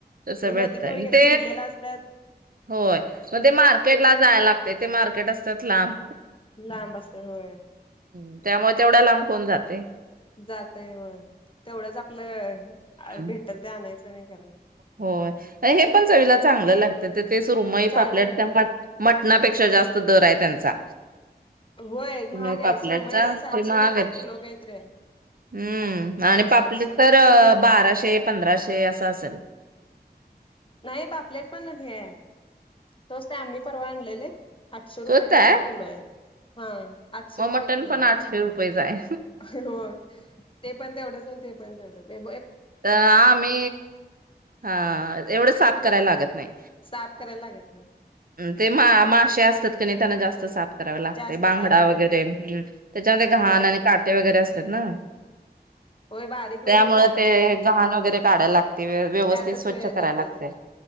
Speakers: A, on the right; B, on the left.
A: तसं भेटतय
B: नदीत वगैरे
A: ते
B: धरलेले असत्यात.
A: होय मग ते मार्केट ला जाया लागतय. ते मार्केट असतात लांब.
B: लांब असत होय
A: हं. त्यामुळे तेवढ्या लांब कोण जात? ते.
B: जातय होय. तेवढंच आपलं
A: हम्म,
B: अ भेटल ते आणायचं. नाही करायचं
A: होय. हे पण चवीला चांगलं लागतं. ते ते सुरूमई
B: चांगलं
A: पापलेट
B: लागते
A: त्यामुळे.. मटणापेक्षा जास्त दर आहे त्यांचा.
B: होय महाग
A: म
B: आहे
A: पापलेटचा.
B: सुरमई सातशे
A: ते महाग
B: रुपये
A: आहेत.
B: किलो काहीतरी आहे
A: हम्म
B: सातशे
A: आणि पापलेट
B: आठशे
A: तर बाराशे पंधराशे असं असेल.
B: नाही पापलेट पण हे आहे. तोचते आम्ही परवा आणलेले.. आठशे रुपये
A: स्वस्त
B: काहीतरी
A: आहे
B: किलो हाय. हा.. आठशे
A: मग
B: रुपये
A: मटण
B: किलोय.
A: पण आठशे रुपयेच आहे
B: होय ते पण तेवढंच होतेय. पण तेवढच आहे.
A: तर आम्ही हा तेव परत साफ करायला लागत नाही.
B: साफ करायला लागत नाही
A: ते मा मासे असतात की नाही त्यांना जास्त साप.. करावे लागते
B: जास्त
A: बांगडा
B: साफ करायला
A: वगैरे
B: लागतात
A: हं त्याच्यामध्ये घाण
B: हो
A: आणि काटे वगैरे असत्यात ना!
B: होय, बारीक
A: त्यामुळे
B: वगैरे काटं
A: ते
B: असं
A: घाण वगैरे काढायला लागते व्य- व्यवस्थित
B: त्यातच
A: स्वच्छ
B: वेळ जाते
A: करायला लागते
B: ते,